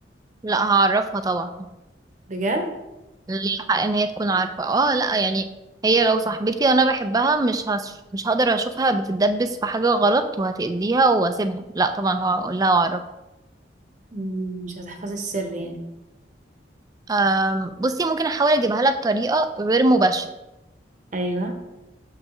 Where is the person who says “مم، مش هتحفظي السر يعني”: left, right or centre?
Right